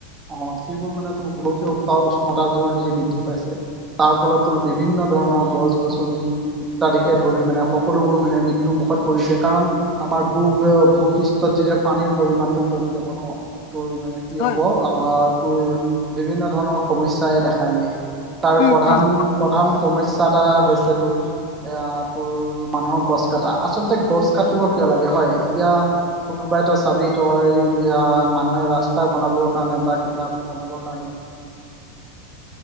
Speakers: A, on the right; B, on the left.
A: অ যিবোৰ মানে তোৰ গোলকীয় উত্তাও উষ্ণতা যোৰ যি বৃদ্ধি পাইছে। তাৰ ফলত তোৰ বিভিন্ন ধৰণৰ গছ-গছনি ইত্যাদিকে ধৰি মানে সকলোবোৰ মানে মৃত্যু মুখত পৰিছে কাৰণ আমাৰ ভূ ভূ পৃষ্ঠত যেতিয়া পানীৰ পৰিমাণ টো কমি যাব ন তোৰ মানে কি
B: হয়
A: হব আহ তোৰ বিভিন্ন ধৰণৰ সমস্যাই দেখা দিয়ে। তাৰ
B: উম
A: প্ৰধান
B: উম
A: প্ৰধান সমস্য- এটা হৈছে তোৰ এয়া তোৰ মানুহৰ গছ কটা। আচলতে গছ কাটিব কিয় লাগে? হয়, এতিয়া কোনোবাই ত চাবি তই মানুহে ৰাস্তা বনাবৰ কাৰণে বা কিবা বনাবৰ কাৰণে